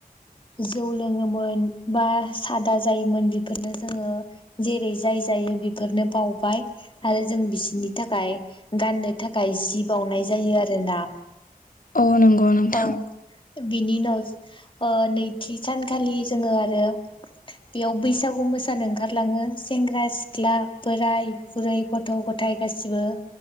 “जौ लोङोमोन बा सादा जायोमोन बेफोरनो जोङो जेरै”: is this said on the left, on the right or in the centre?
Left